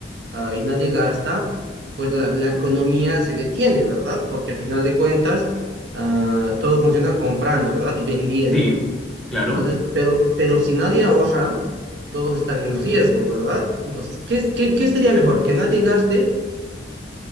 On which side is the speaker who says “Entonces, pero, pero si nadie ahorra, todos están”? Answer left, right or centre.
Right